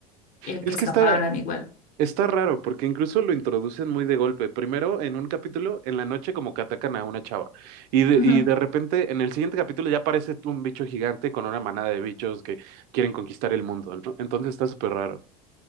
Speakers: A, on the left; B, on the right.
A: el
B: Es
A: que escaparan
B: que está,
A: igual.
B: está raro, porque incluso lo introducen muy de golpe. Primero, en un capítulo, en la noche, como que atacan a una chava. Y de,
A: Ujú.
B: y de repente, en el siguiente capítulo, ya aparece un bicho gigante con una manada de bichos que quieren conquistar el mundo, ¿no? Entonces está súper raro.